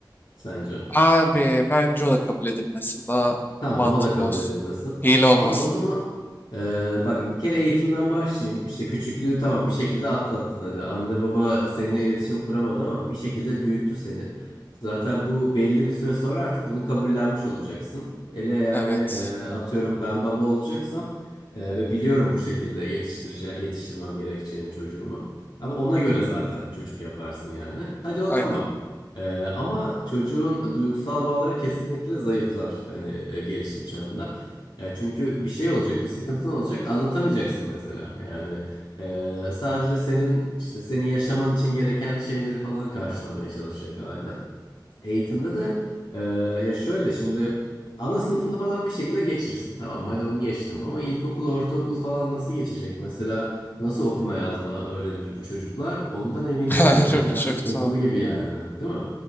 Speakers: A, on the left (about 75°); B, on the left (about 25°).
A: sence?
B: Abi bence o da kabul edilmesin. Daha
A: Tamam
B: mantıklı
A: o da kabul
B: olsun.
A: edilmesin.
B: Hile olmasın.
A: Abi o zaman e, bak bir kere eğitimden başlayayım. İşte küçüklüğü tamam bir şekilde atlattın hadi. Anne baba seninle iletişim kuramadı ama bir şekilde büyüttü seni. Zaten bu belli bir süre sonra artık bunu kabullenmiş olacaksın. Ele yani
B: Evet.
A: e, atıyorum ben baba olacaksam e, ve biliyorum bu şekilde yetiştirece yetiştirmem gerekeceğini çocuğumu. Abi ona göre zaten çocuk yaparsın yani. Hadi o
B: Aynen.
A: tamam. Ee, ama çocuğun duygusal bağları kesinlikle zayıflar hani e, gelişim çağında. E, çünkü bir şey olacak, bir sıkıntın olacak, anlatamayacaksın mesela. Yani e, sadece senin işte senin yaşaman için gereken şeyleri falan karşılamaya çalışacak aile. Eğitimde de e, ya şöyle şimdi ana sınıfını falan bir şekilde geçirsin. Tamam hadi onu geçtim ama ilkokul, ortaokul falan nasıl geçecek? Mesela nasıl okuma yazma öğrenir bu çocuklar? Ondan emin
B: <laughs>
A: değilim.
B: Harbi
A: O biraz
B: çok
A: sıkıntılı
B: tuhaf.
A: gibi yani, değil mi?